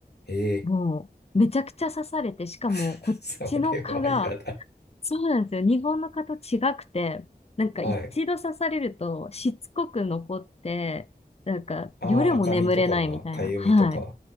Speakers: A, on the left (about 80°); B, on the left (about 40°).
A: ええ
B: もうめちゃくちゃ刺されて、しかもこっちの蚊が、
A: <laughs> それは嫌だ。
B: そうなんですよ。日本の蚊と違くて、なんか一度刺されるとしつこく残って、
A: はい。
B: なんか夜も眠れないみたいな。
A: ああ、赤みとかが、かゆみとか。
B: はい。